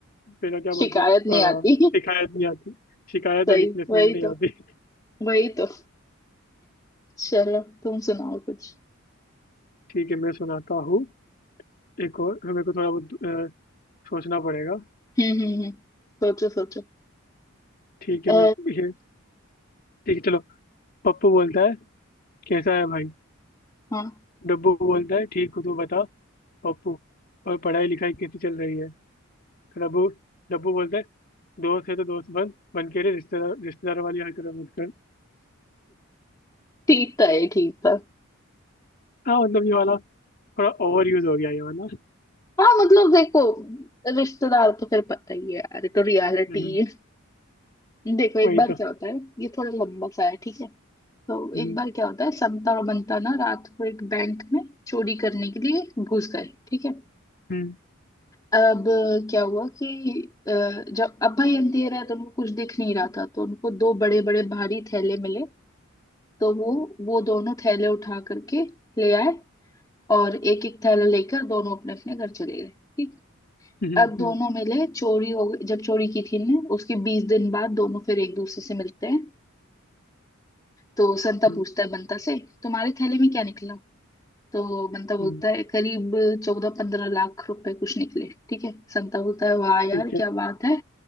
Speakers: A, on the left; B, on the left.
A: है ना क्या बोलते
B: शिकायत
A: हैं अ,
B: नहीं आती
A: शिकायत नहीं आती शिकायत
B: सही
A: और रिप्लेसमेंट
B: वही
A: नहीं
B: तो
A: आती
B: वही तो चलो तुम सुनाओ कुछ
A: ठीक है मैं सुनाता हूँ एक और फिर मेरे को थोड़ा बहुत अ, सोचना पड़ेगा
B: हम्म हम्म हम्म, सोचो सोचो
A: ठीक
B: अ,
A: है मैं ये ठीक है चलो पप्पू बोलता है कैसा है भाई
B: हाँ
A: डब्बू बोलता है ठीक हूँ तू बता पप्पू और पढ़ाई लिखाई कैसी चल रही है तो डब्बू डब्बू बोलता है दोस्त है तो दोस्त बन बन के रे रिश्तेदार रिश्तेदार वाली हरकत मत कर
B: ठीक था ये ठीक था
A: हाँ मतलब ये वाला थोड़ा ओवर यूज हो गया ये वाला
B: हाँ मतलब देखो रिश्तेदार तो फिर पता ही है यार ये तो रियलिटी
A: हम्म,
B: है देखो एक
A: वही
B: बार
A: तो
B: क्या होता है ये थोड़ा लंबा सा है ठीक है तो
A: हम्म,
B: एक बार क्या होता है संता और बंता ना रात को एक बैंक में चोरी करने के लिए घुस गए ठीक है
A: हम्म,
B: अब क्या हुआ कि अ, जब अब्बा अंधेरा है तो उनको कुछ दिख नहीं रहा था तो उनको दो बड़े बड़े भारी थैले मिले तो वो वो दोनों थैले उठा करके ले आए और एक एक थैला लेकर दोनों अपने अपने घर चले गए ठीक
A: हम्म,
B: अब
A: हम्म,
B: दोनों मिले चोरी हो गई जब चोरी की थी ने उसके बीस दिन बाद दोनों फिर एक दूसरे से मिलते हैं तो संता
A: हम्म,
B: पूछता है बंता से तुम्हारे थैले में क्या निकला तो बंता बोलता
A: हम्म,
B: है करीब चौदह पंद्रह लाख रुपए कुछ निकले ठीक है संता बोलता है वाह यार
A: ठीक है
B: क्या बात है